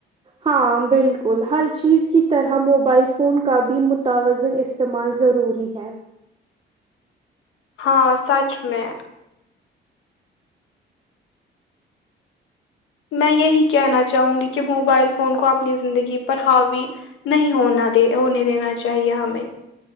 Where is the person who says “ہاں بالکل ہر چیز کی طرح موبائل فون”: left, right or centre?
Right